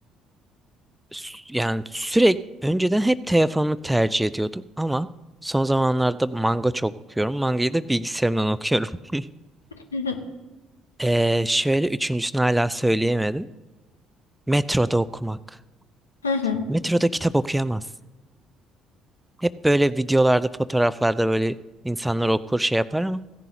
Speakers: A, in the centre; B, on the left (about 80°).
A: Sü- Yani sürekli önceden hep telefonumu tercih ediyordum ama son zamanlarda manga çok okuyorum. Mangayı da bilgisayarımdan okuyorum. <laughs>
B: <laughs>
A: Ee, şöyle üçüncüsünü hala söyleyemedim. Metroda okumak.
B: Hı hı.
A: Metroda kitap okuyamaz. Hep böyle videolarda, fotoğraflarda böyle insanlar okur şey yapar ama